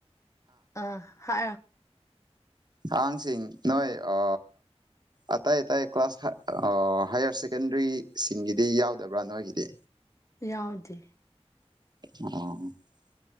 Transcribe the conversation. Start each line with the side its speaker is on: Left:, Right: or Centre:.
Left: ꯑ ꯍꯥ
Right: ꯑꯥꯡꯁꯤꯡ ꯅꯣꯏ ꯑ ꯑꯇꯥꯏ ꯑꯇꯥꯏ ꯀ꯭ꯂꯥꯁ ꯍꯥꯏꯌꯔ ꯁꯦꯀꯦꯟꯗꯔꯤꯁꯤꯡꯒꯤꯗꯤ ꯌꯥꯎꯗꯕ꯭ꯔꯥ ꯅꯣꯏꯒꯤꯗꯤ
Left: ꯌꯥꯎꯗꯦ
Right: ꯑ